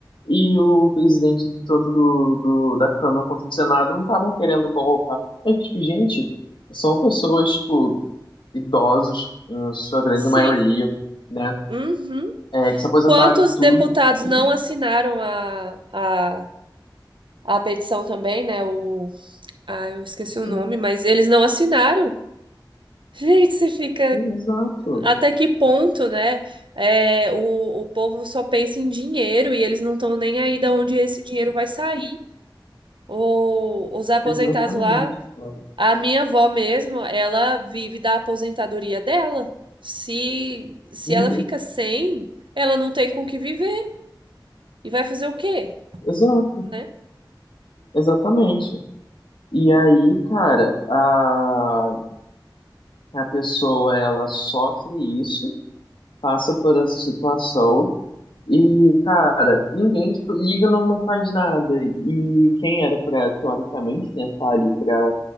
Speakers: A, on the left; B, on the right.
A: e o presidente tanto do, do da Câmara quanto do Senado não estavam querendo colocar. É que, tipo, gente, são pessoas tipo idosos em sua grande
B: sim.
A: maioria, né,
B: Uhum.
A: é, que se aposentaram
B: Quantos
A: e tudo
B: deputados
A: e
B: não assinaram a, a, a petição também, né? O, ah, eu esqueci o
A: que
B: nome, mas eles não assinaram. Gente, você fica
A: Sim, exato.
B: Até que ponto, né? é, o, o povo só pensa em dinheiro e eles não estão nem aí de onde esse dinheiro vai sair. O, os aposentados
A: Exatamente,
B: lá,
A: cara.
B: a minha avó mesmo, ela vive da aposentadoria dela. Se, se
A: Uhum,
B: ela fica sem, ela não tem com o que viver. E vai fazer o quê,
A: exato,
B: né?
A: exatamente. E aí, cara, a, a pessoa, ela sofre isso, passa por essa situação, e, cara, ninguém, tipo, liga, não, não faz nada. E quem era pra, teoricamente, né, tá ali pra